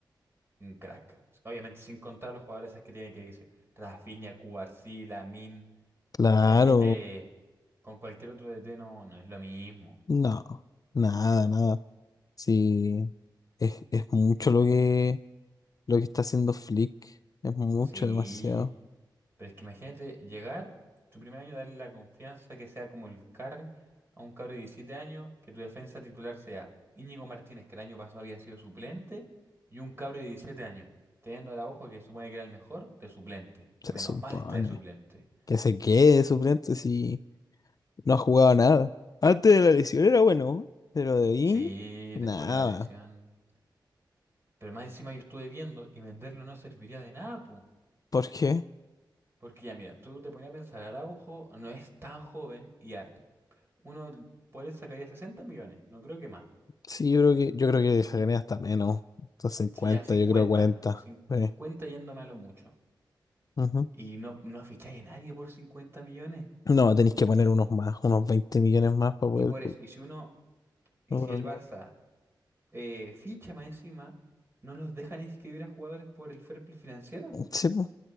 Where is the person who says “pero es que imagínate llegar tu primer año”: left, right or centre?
Right